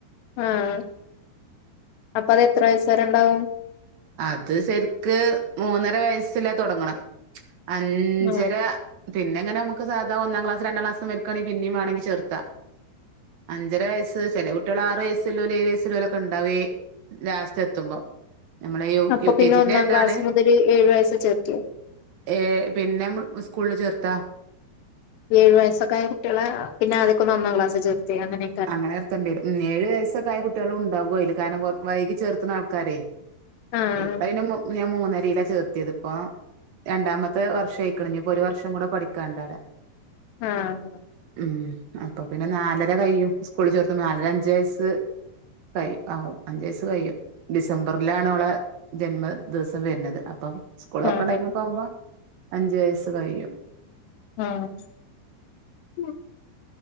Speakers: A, on the left; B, on the right.
A: ആഹ് അപ്പൊ അത് എത്ര വയസ്സരെണ്ടാവും?
B: അത് സര്ക്ക് മൂന്നര വയസ്സില തൊടങ്ങണ് അഞ്ചര
A: ആഹ്
B: പിന്നെങ്ങനെ നമ്മക്ക് സാധാ ഒന്നാംക്ലാസ് രണ്ടാംക്ലാസ് മരിക്കാണെങ്കി പിന്നിം വാണെങ്കി ചേർത്താ അഞ്ചര വയസ്സ് ചെല കുട്ട്യാള് ആറ് വയസ്സ്ള്ളോല് ഏഴ് വയസ്സ്ല്ലോലൊക്കെ ഇണ്ടാവേ ലാസ്റ്റ് എത്തുമ്പം നമ്മളെ യു
A: അപ്പൊ
B: യു
A: പിന്നെ
B: കെ ജിന്റെ
A: ഒന്നാം
B: ഇതാണ്
A: ക്ലാസ് മുതല് ഏഴു വയസ്സ് ചേർക്കേ?
B: ഏഹ് പിന്നെ സ്കൂളിൽ ചേർത്താ?
A: ഏഴ് വയസ്സൊക്ക ആയ കുട്ടികളെ പിന്നെ അനക്കൊന്ന് ഒന്നാം ക്ലാസി ചേർത്തയാ അങ്ങനെ.
B: അങ്ങനെ നിർത്തേണ്ടി വരും ഉം ഏഴ് വയസ്സൊക്കെ ആയ കുട്ടികളുണ്ടാവു അയില് കാരണം കൊ വൈകി ചേർക്കുന്ന ആൾക്കാരെ.
A: ആഹ്
B: ഇപ്പ അയിന് മു ഞാൻ മൂന്നരിയിലാ ചേർത്തിയതിപ്പൊ രണ്ടാമത്തെ വർഷായിക്കണ് ഇനിയിപ്പോ ഒരു വർഷം കൂടെ പഠിക്കാനുണ്ടവിടെ.
A: ആഹ്
B: ഉം അപ്പൊ പിന്നെ നാലര കഴിയും ഉസ്കൂളി ചേർത്തു നാലര അഞ്ചു വയസ് കഴിയേ ആവും അഞ്ച് വയസ്സ് കഴിയും. ഡിസംബറിലാണ് ഓളെ ജന്മ ദിവസം വരണത് അപ്പം സ്കൂൾ ഓപ്പൺ
A: ആഹ്
B: ടൈമൊക്കെ ആവുമ്പോൾ അഞ്ച് വയസ്സ് കഴിയും.
A: ആഹ് ഉം <unintelligible>